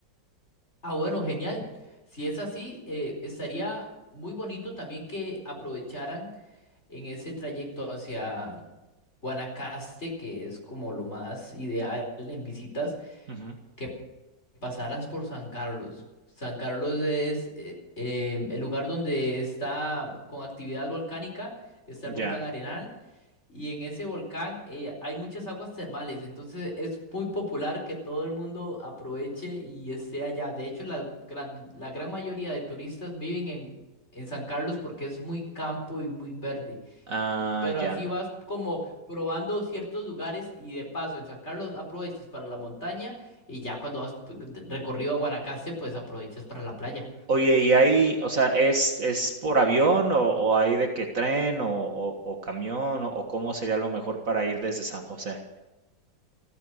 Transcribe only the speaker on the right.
Ujú,
Ya.
Ah,
ya.
Oye, ¿y hay, o sea, es, es por avión o, o hay de qué tren o, o- o camión o, o cómo sería lo mejor para ir desde San José?